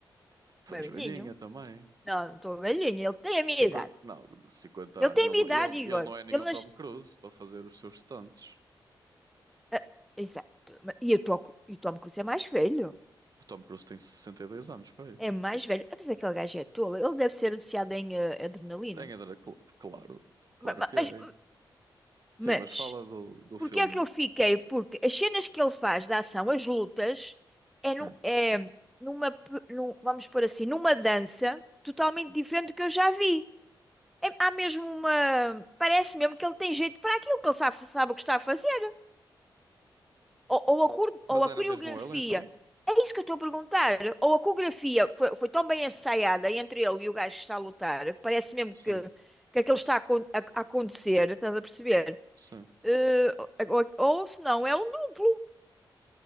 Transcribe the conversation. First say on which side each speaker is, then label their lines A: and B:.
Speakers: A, on the right; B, in the centre.
A: Tu
B: não
A: és
B: é velhinho.
A: velhinha também.
B: Não, não estou velhinho, ele tem a minha
A: 50?
B: idade.
A: Não, cinquenta.
B: Ele
A: anos.
B: tem
A: Ele,
B: a minha
A: não-
B: idade,
A: ele,
B: Igor.
A: ele não é nenhum
B: Ele nas...
A: Tom Cruise para fazer os seus stunts.
B: Ah, exato. Ma- E eu estou e o Tom Cruise é mais velho.
A: O Tom Cruise tem 62 anos, pai.
B: É mais velho. Mas aquele gajo é tolo. Ele deve ser viciado em eh, adrenalina.
A: Em Andrade, cl- claro. Claro
B: Ma- ma-
A: que é.
B: Mas,
A: Sim,
B: mas,
A: mas fala do, do
B: Porque
A: filme.
B: é que eu fiquei? Porque as cenas que ele faz da ação, as lutas, é,
A: Sim.
B: nu- é numa, pe- num- vamos pôr assim, numa dança totalmente diferente do que eu já vi. É- há mesmo uma. Parece mesmo que ele tem jeito para aquilo, que ele sabe, sabe o que está a fazer. Ou, ou a, cor-
A: Mas
B: ou a
A: era
B: coreografia.
A: mesmo ele então?
B: É isso que eu estou a perguntar. Ou a coreografia foi, foi tão bem ensaiada entre ele e o gajo que está a lutar, que parece mesmo
A: Sim.
B: que, que aquilo está a, acon- a- a acontecer, estás a perceber?
A: Sim.
B: Eh, ou, ou se não, é um duplo.